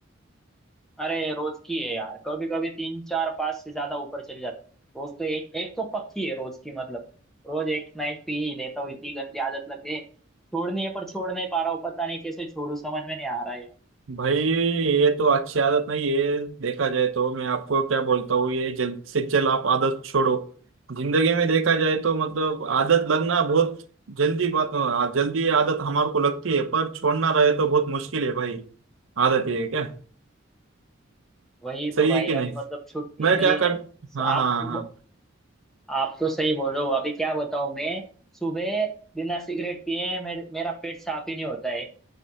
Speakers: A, in the centre; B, on the right.
A: अरे रोज की है यार कभी कभी तीन चार पांच से ज्यादा ऊपर चली जाती है। रोज तो एक एक तो पक्की है रोज की मतलब रोज एक ना एक पी ही लेता हूँ इतनी गंदी आदत लग गई है। छोड़नी है पर छोड़ नहीं पा रहा हूँ पता नहीं कैसे छोड़ू समझ में नहीं आ रहा है यार
B: भाई ये तो अच्छी आदत नहीं है देखा जाए तो मैं आपको क्या बोलता हूँ ये जल्द से जल्द आप आदत छोड़ो जिंदगी में देखा जाए तो मतलब आदत लगना बहुत जल्दी बात आ- जल्दी आदत हमारे को लगती है पर छोड़ना रहे तो बहुत मुश्किल है भाई आदत ये है क्या
A: वही
B: सही
A: तो भाई
B: है कि नहीं
A: अभी मतलब छुट्टी
B: मैं
A: है नहीं
B: क्या
A: है
B: कर हाँ
A: आप
B: हाँ
A: तो
B: हाँ
A: आप तो सही बोल रहे हो अभी क्या बताऊं मैं सुबह बिना सिगरेट पिए मेरे, मेरा पेट साफ ही नहीं होता है